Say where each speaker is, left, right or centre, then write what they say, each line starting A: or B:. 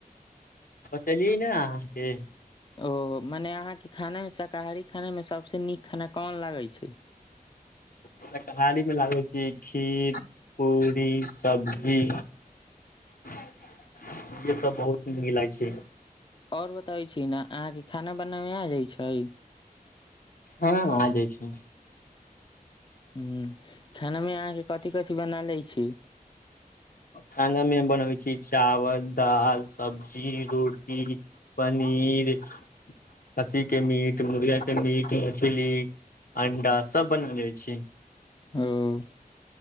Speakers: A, on the left (about 65°); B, on the left (about 30°).
A: चलियै न अहाँके
B: ओ मने अहाँके खानामे शाकाहारी खानामे सभसँ नीक खाना कोन लागै छै
A: शाकाहारी मे लागै छियै खीर पूरी सब्जी ईहे सब बहुत नीक लागइ छै
B: और बतबै छी न अहाँके खाना बनाबै आ जाइत छै
A: हँ आ जाइ छै
B: हूँ खानामे अहाँके कथि कथि बना लैत छी
A: खानामे बनबै छी चावल दाल सब्जी रोटी पनीर खीर खस्सी के मीट मुर्गा के मीट मछली अंडा सब बना लै छी
B: ओ